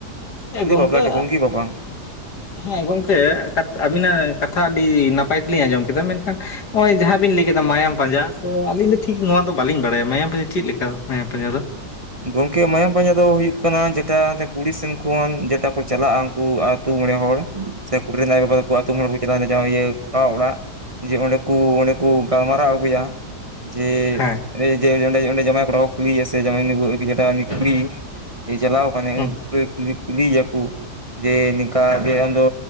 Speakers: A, on the left; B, on the right.
A: ᱦᱮᱸ
B: ᱠᱷᱟᱹᱞᱤ
A: ᱜᱚᱝᱠᱮ
B: ᱵᱟᱯᱞᱟ ᱴᱩᱠᱩᱱ ᱜᱮ <unintelligible>
A: ᱦᱮᱸ ᱜᱚᱝᱠᱮ ᱟᱹᱵᱤᱱᱟᱜ ᱠᱟᱛᱷᱟ ᱟᱹᱰᱤ ᱱᱟᱯᱟᱭ ᱛᱮᱞᱤᱧ ᱟᱸᱡᱚᱢ ᱠᱮᱫᱟ ᱢᱮᱱᱠᱷᱟᱱ ᱦᱳᱭ ᱡᱟᱦᱟᱸ ᱵᱤᱱ ᱞᱟᱹᱭ ᱠᱮᱫᱟ ᱢᱟᱭᱟᱢ ᱯᱟᱸᱡᱟ ᱛᱚ ᱟᱹᱞᱤᱧ ᱫᱚ ᱴᱷᱤᱠ ᱱᱚᱣᱟ ᱫᱚ ᱵᱟᱹᱞᱤᱧ ᱵᱟᱲᱟᱭᱟ ᱢᱟᱭᱟᱢ ᱯᱟᱸᱡᱟ ᱪᱮᱫ ᱞᱮᱠᱟ ᱫᱚ ᱢᱟᱭᱟᱢ ᱯᱟᱸᱡᱟ ᱫᱚ?
B: ᱜᱚᱝᱠᱮ ᱢᱟᱭᱟᱢ ᱯᱟᱸᱡᱟ ᱫᱚ ᱦᱩᱭᱩᱜ ᱠᱟᱱᱟ ᱡᱮᱴᱟ ᱠᱩᱲᱤ ᱥᱮᱱ ᱠᱷᱚᱱ ᱡᱮᱛᱮ ᱠᱚ ᱪᱟᱞᱟᱜᱼᱟ ᱩᱱᱠᱩ ᱟᱹᱛᱳ ᱢᱚᱬᱮ ᱦᱚᱲ ᱥᱮ ᱠᱩᱲᱤ ᱨᱤᱱ ᱟᱭᱳ ᱵᱟᱵᱟ ᱫᱚᱠᱚ ᱟᱹᱛᱳ ᱢᱚᱬᱮ ᱦᱚᱲ ᱠᱚ ᱪᱟᱞᱟᱣᱮᱱᱟ ᱡᱟ ᱜᱮ ᱤᱭᱟᱹ ᱠᱚᱲᱟ ᱚᱲᱟᱜ ᱡᱮ ᱚᱸᱰᱮ ᱠᱚ ᱚᱸᱰᱮ ᱠᱚ ᱜᱟᱞᱢᱟᱨᱟᱣ ᱟᱹᱜᱩᱭᱟ ᱡᱮ
A: ᱦᱮᱸ
B: ᱚᱸᱰᱮ ᱚᱸᱰᱮ ᱡᱟᱢᱟᱭ ᱠᱚᱲᱟ ᱠᱚ ᱠᱩᱞᱤᱭᱮᱭᱟ ᱥᱮ ᱡᱮ ᱩᱱᱤ ᱵᱟᱹᱦᱩ ᱤᱫᱤ ᱠᱟᱛᱮ ᱩᱱᱤ ᱠᱩᱞᱤᱭ ᱮᱭ ᱪᱟᱞᱟᱣ ᱟᱠᱟᱱᱟᱭ
A: ᱦᱮᱸ
B: ᱩᱱᱤ ᱠᱩᱲᱤ ᱠᱩᱞᱤ ᱮᱭᱟᱠᱚ ᱡᱮ ᱱᱤᱝᱠᱟ ᱡᱮ ᱟᱢ ᱫᱚ